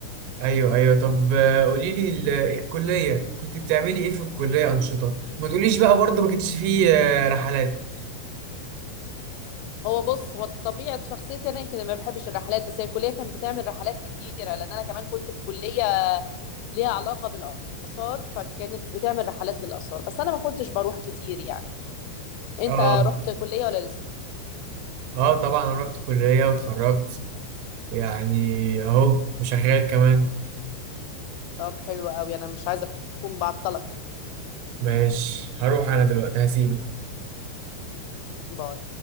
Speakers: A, on the right; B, on the left.
A: ايوه ايوه طب آه، قولي لي ال- الكليه كنت بتعملي ايه في الكليه انشطه؟ ما تقوليش بقى برضه ما كانش فيه آه، رحلات
B: هو بص هو طبيعة شخصيتي أنا يمكن ما بحبش الرحلات بس هي الكلية كانت بتعمل رحلات كتيرة لأن أنا كمان كنت في كلية ليها علاقة بالآثار فكانت بتعمل رحلات للآثار بس أنا ما كنتش بروح كتير يعني أنت
A: اه
B: رحت كلية ولا لسه؟
A: اه طبعا انا رحت كليه واتخرجت يعني اهو وشغال كمان
B: طب حلو قوي انا مش عايزه اكون بعطلك
A: ماشي هروح انا دلوقتي هسيبك
B: باي